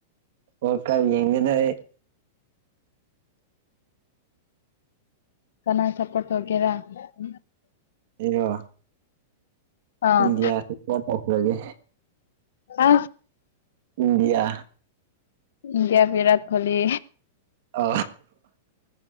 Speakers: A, on the right; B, on the left.
A: ꯑꯣ ꯀꯕꯤ ꯌꯦꯉꯟꯅ
B: ꯀꯅꯥ ꯆꯄꯣꯠ ꯋꯥꯒꯦꯔ ꯎ
A: ꯑꯦꯔ
B: ꯑꯥ
A: ꯏꯟꯗꯤꯌꯥꯁꯤ ꯄ ꯇꯧꯈ꯭ꯔꯒꯦ
B: ꯑ
A: ꯏꯟꯗꯤꯌꯥ
B: ꯏꯟꯗꯤꯌꯥ ꯕꯤꯔꯥꯠ ꯀꯣꯍꯂꯤ
A: ꯑ